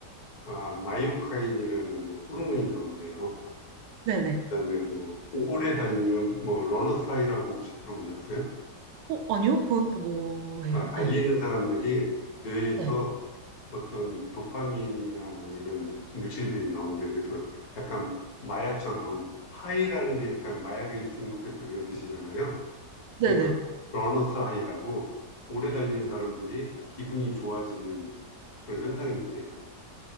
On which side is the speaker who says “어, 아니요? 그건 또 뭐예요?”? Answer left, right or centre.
Right